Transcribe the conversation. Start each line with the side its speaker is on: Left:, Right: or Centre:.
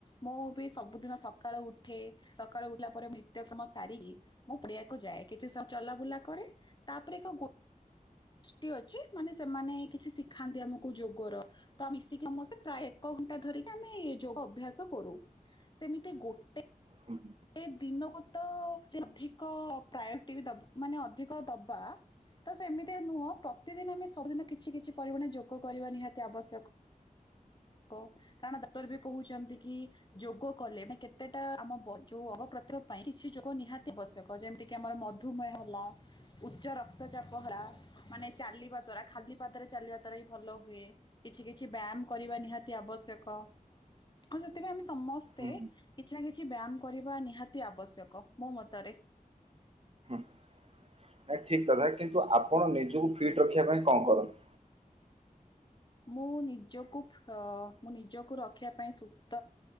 Left: ମୁଁ ସବୁଦିନ ସକାଳୁ ଉଠେ ସକାଳୁ ଉଠିଲା ପରେ ନିତ୍ୟକ୍ରମ ସାରିକି ମୁଁ ପଡିଆକୁ ଯାଏ କିଛିୁ ସମ ଚଲାବୁଲା କରେ ତାପରେ ଏକ ଗୋ ଷ୍ଟି ଅଛି ମାନେ ସେମାନେ କିଛି ଶିଖାନ୍ତି ଆମକୁ ଯୋଗର ତା ମିଶିକି ସମସ୍ତେ ପ୍ରାୟ ଏକ ଘଣ୍ଟା ଧରିକି ଆମେ ଯୋଗ ଅଭ୍ୟାସ କରୁ। ସେମିତି ଗୋଟେ
Right: ହୁଁ ହ।
Left: ଏ ଦିନକୁ ତ ଅଧିକ ପ୍ରାୟୋରିଟି ଦବା ମାନେ ଅଧିକ ଦବା। ତ ସେମିତିଆ ନୁହଁ ପ୍ରତିଦିନ ଆମେ ସବୁଦିନ କିଛି କିଛି ପରିମାଣ ଯୋଗ କରିବା ନିହାତି ଆବଶ୍ୟକ। <unintelligible> କାରଣ ଡାକ୍ତର ବି କହୁଚନ୍ତି କି ଯୋଗ କଲେ ମାନ କେତେଟା ଆମ ବ ଯଉ ଅ ପ୍ରତିଭ ପାଇଁ କିଛି ଯୋଗ ନିହାତି ଆବଶ୍ୟକ ଯେମିତି କିି ଆମର ମଧୁମେହ ହେଲା ଉଚ୍ଚର କ୍ତ ଚାପ ହେଲା ମାନେ ଚାଲିବା ଦ୍ଵାରା ଖାଲି ପାଦରେ ଚାଲିବା ଦ୍ଵାରା ହିଁ ଭଲ ହୁଏ। କିଛି କିଛି ବ୍ୟାୟାମ କରିବା ନିହାତି ଆବଶ୍ୟକ ଆଉ ସେଥିପାଇଁ ଆମେ ସମସ୍ତେ
Right: ହୁଁ
Left: କିଛି ନା କିଛି ବ୍ୟାୟାମ କରିବା ନିହାତି ଆବଶ୍ୟକ ମୋ ମତରେ।
Right: ହଁ। ନାଇଁ ଠିକ କଥା କିନ୍ତୁ ଆପଣ ନିଜକୁ ଫିଟ୍ ରଖିବା ପାଇଁ କଣ କରନ୍ତି?
Left: ମୁଁ ନିଜକୁ ଫ ମୁଁ ନିଜକୁ ରଖିବା ପାଇଁ ସୁସ୍ଥ